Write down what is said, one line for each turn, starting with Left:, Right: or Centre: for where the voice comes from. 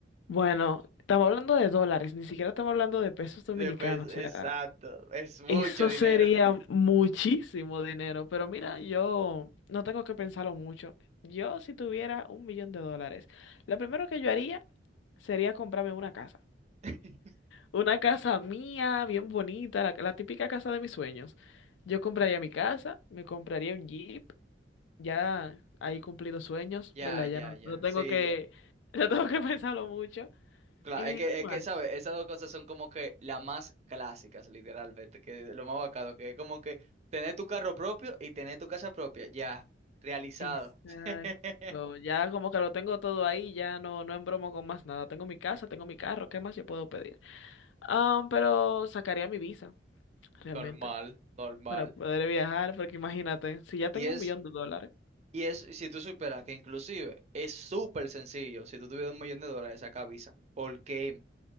Left: Bueno, estamos hablando de dólares, ni siquiera estamos hablando de pesos dominicanos,
Right: De pes- exacto,
Left: o sea,
Right: es mucho
Left: eso
Right: dinero.
Left: sería muchísimo dinero, pero mira, yo no tengo que pensarlo mucho. Yo si tuviera un millón de dólares, lo primero que yo haría sería comprarme una casa.
Right: <laughs>
Left: Una casa mía, bien bonita, la, la típica casa de mis sueños. Yo compraría mi casa, me compraría un Jeep, ya ahí cumplido sueños,
Right: Ya,
Left: ¿verdad?
Right: ya,
Left: Ya no,
Right: ya,
Left: no tengo
Right: sí,
Left: que,
Right: ya.
Left: <laughs> no tengo que pensarlo mucho.
Right: Claro,
Left: ¿Y
Right: es que,
Left: qué más?
Right: es que, ¿sabes? Esas dos cosas son como que las más clásicas, literalmente, que lo más bacano, que es como que tener tu carro propio y tener tu casa propia, ya, realizado.
Left: Exacto,
Right: <laughs>
Left: ya como que lo tengo todo ahí, ya no, no embromo con más nada. Tengo mi casa, tengo mi carro, ¿qué más yo puedo pedir? Ah, pero sacaría mi visa, realmente,
Right: Normal, normal.
Left: para poder viajar, porque imagínate, si ya tengo
Right: Y es,
Left: un millón de dólares.
Right: y es, si tú superas que inclusive es súper sencillo, si tú tuvieras un millón de dólares, saca visa. Porque